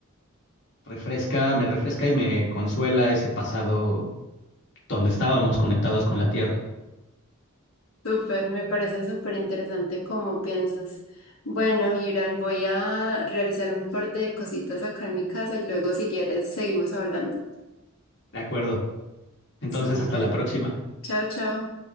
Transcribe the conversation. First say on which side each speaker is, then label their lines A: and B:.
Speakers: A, on the left; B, on the left.
A: refresca, me refresca y me consuela ese pasado donde estábamos conectados con la Tierra.
B: Súper, me parece súper interesante cómo piensas. Bueno, Irán, voy a realizar un par de cositas acá en mi casa y luego si quieres seguimos hablando.
A: De acuerdo. Entonces,
B: Súper.
A: hasta la próxima.
B: Chao, chao.